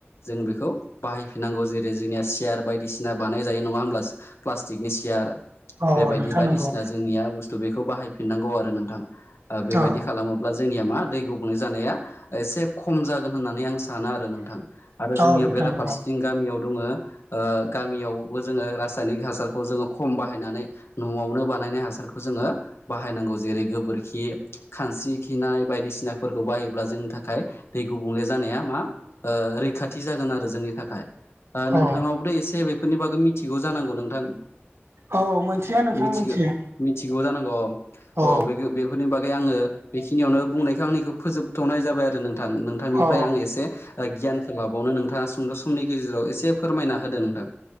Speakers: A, on the left (about 70°); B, on the right (about 70°).
A: जों बेखौ बाहायफिनांगौ जेरै जोंनिया सेयार बायदिसिना बानाय जायो नङा होमब्ला प्लास्टिकनि सियार
B: औ
A: बेबायदि
B: नोंथां
A: बायदिसिना
B: नंगौ
A: जोंनिया बुस्थु बेखौ बाहायफिननांगौ आरो नोंथां। ओ बेबायदि
B: औ
A: खालामोब्ला जोंनिया मा दै गुबुंले जानाया एसे खम जागोन होननानै आं सानो आरो नोंथां। आरो जोंनियाव
B: औ नोंथां
A: बेराफारसेथिं
B: नंगौ
A: गामियाव दङो ओ गामियावबो जोङो रासायनिक हासारखौ जोङो खम बाहायनानै न'आवनो बानायनाय हासार बेखौ जोङो बाहायनांगौ जेरै गोबोर खि खानस्रि खिनाय बायदिसिनाफोरखौ बाहायोब्ला जोंनि थाखाय दै गुबुंले जानाया मा ओ रैखाथि जागोन आरो जोंनि थाखाय। ओ नोंथाङावबोथ'
B: औ
A: एसे बेफोरनि बागै मिथिगौ जानांगौ नोंथां
B: औ मोनथियो नोंथां
A: मिथिगो
B: मोनथियो
A: मिथिगौ जानांगौ अ
B: औ
A: अ बे <unintelligible> फोरनि बागै आङो बेखिनियावनो बुंनायखौ आंनिखौ फोजोबथ'नाय जाबाय आरो नोंथां नोंथांनिफ्राय
B: औ
A: आङो एसे ओ गियानखो लाबावनो नोंथाङा सुंद' समनि गेजेराव एसे फोरमायना होदो नोंथां।